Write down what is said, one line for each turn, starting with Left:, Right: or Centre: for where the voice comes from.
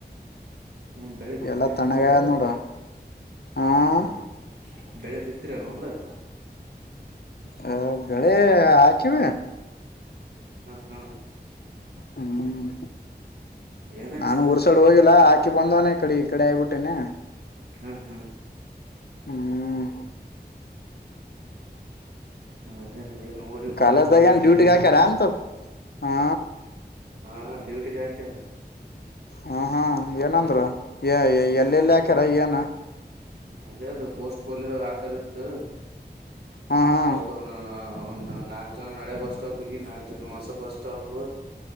Right: ಹ ಬೆಳಿ ಬಿತ್ರಿನು
Left: ಎಲ್ಲ ತಣ್ಣಗಾಗ್ಯದ
Right: ಹೊಲ್ದಾಗ
Left: ನೋಡು ಆ
Right: ಹಾ ಬೆಳೆ ಬಿತ್ತೀರ ನ ಹೊಲ್ದಾಗ
Left: ಹ ಬೆಳ ಆ ಕಿವ
Right: ಹ್ಮ ಹ್ಮ್
Left: ಹ್ಮ್
Right: ಏನ್ ಹಚ್ಚಿರಿ
Left: ನಾನು ಊರ್ಸಡ್ ಹೋಗಿಲ್ಲಾ ಆಕಿ ಬಂದವನ ಈ ಕಡೆ ಈ ಕಡೆ ಆಗ್ಬಿಟ್ಟೇನೆ
Right: ಹ್ಮ್ ಹ್ಮ್
Left: ಹ್ಮ್
Right: ಅದೇ ಅ ಏನು ಊಗ್
Left: ಕಾಲೇಜ್ದಾಗ
Right: ಬರಲ್ಲಿ
Left: ಏನ್ ಡ್ಯೂಟಿಗ್
Right: ಏನಿಲ್ಲ
Left: ಹಾಕ್ಯಾರ ಅಂತ ಹಾ
Right: ಹ ಡ ಗಾಯಕರ
Left: ಹ ಹಾ ಏನಂದ್ರ ಯ ಎಲ್ಲೆಲ್ಲಿ ಹಾಕ್ಯಾರ ಏನ್
Right: ಅದೇ ಅದು ಪೋಸ್ಟ್ ಪೋಲಿಯೋ ಹಾಕದಿತ್ತು
Left: ಹಾ ಹಾ
Right: ಒಬ್ಬರು ಒಂದು ನಾಲ್ಕು ಜನ ನಳೆ ಬಸ್ ಸ್ಟಾಪ್ ನಾಲ್ಕು ಜನ ಹೊಸ ಬಸ್ ಸ್ಟಾಪ್